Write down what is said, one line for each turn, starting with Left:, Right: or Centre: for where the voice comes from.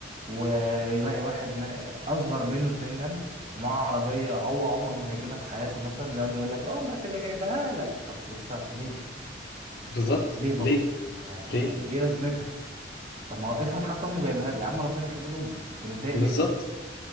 Right: ويلاقي واحد ما اصغر منه سنا ومعاه عربيه هو عمره ما هيجيبها في حياته مثلا ويقعد يقول لك امك اللي جايبها لك طب يسا ليه
Left: بالظبط
Right: ليه برضه
Left: ليه
Right: يعني يعني
Left: ليه
Right: ايه لازمتها طب ما هو افرض حتى امه جايبها له يا عم ربنا يخليه لامه انت متضايق
Left: بالظبط
Right: ليه